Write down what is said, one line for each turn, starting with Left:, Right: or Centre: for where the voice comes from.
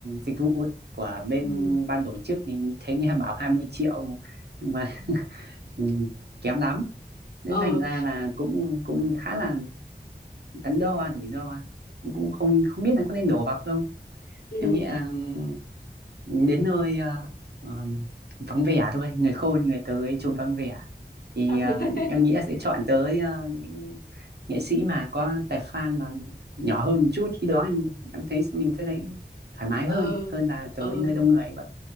Right: dịch vụ ấy, của bên
Left: ừ
Right: ban tổ chức thì thấy nghe bảo 20 triệu nhưng mà
Left: ừ
Right: ừ, kém lắm nên
Left: ừ
Right: thành ra là cũng cũng khá là đắn đo rủi ro cũng không không biết là có nên đổ vào không
Left: ừ
Right: em nghĩ là ừ, đến nơi ờ, ờm, vắng vẻ thôi người khôn người tới chốn vắng vẻ thì
Left: <laughs>
Right: ờ, em nghĩ là sẽ chọn tới ờ, những nghệ sĩ mà có tài fan mà nhỏ hơn một chút khi đó em, em thấy mình sẽ thấy thoải mái hơn
Left: ừ
Right: hơn là tới
Left: ừ.
Right: nơi đông người vậy